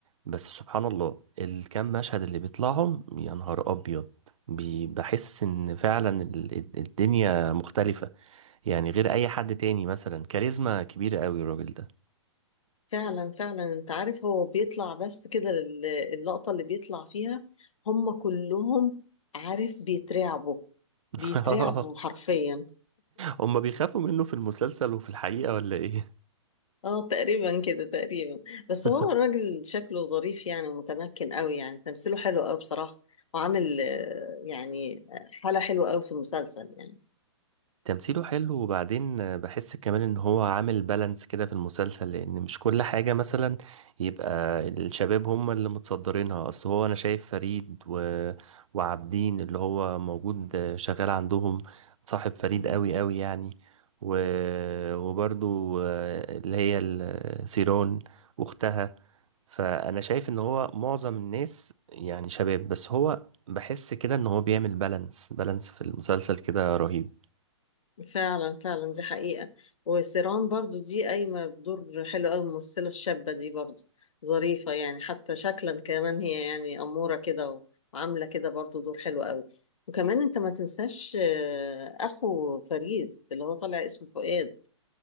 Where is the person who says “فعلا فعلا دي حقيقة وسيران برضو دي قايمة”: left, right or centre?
Left